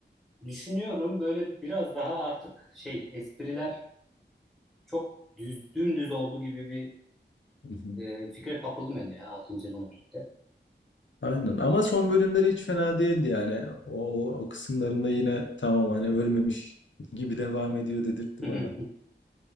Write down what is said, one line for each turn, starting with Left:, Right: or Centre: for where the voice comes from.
Centre: düşünüyorum böyle biraz daha artık şey espriler çok düz dümdüz oldu gibi bir
Left: <laughs> Hı hı.
Centre: e, fikre kapıldım ben de ya altıncı sezonla birlikte.
Left: Aynen ama son bölümleri hiç fena değildi yani. O, o kısımlarında yine tamam hani ölmemiş <laughs> gibi devam ediyor dedirtti
Centre: <laughs>
Left: bana.